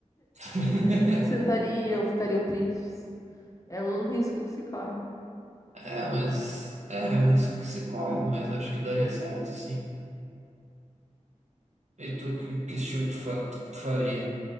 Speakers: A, on the right (about 65°); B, on the left (about 25°).
A: <laughs>
B: Sentariam, ficariam tristes. É um risco que se corre.
A: É, mas. É, é um risco que se corre, mas acho que daria certo, assim. E tu, que, que estilo tu, fa- tu tu faria?